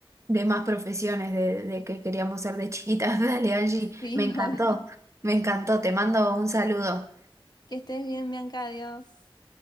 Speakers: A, on the right; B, on the left.
A: De más profesiones de, de que queríamos ser de chiquitas. <laughs> Dale, Angie,
B: Sí,
A: me encantó,
B: <laughs> obvio.
A: me encantó, te mando un saludo.
B: Que estés bien, Bianca, adiós.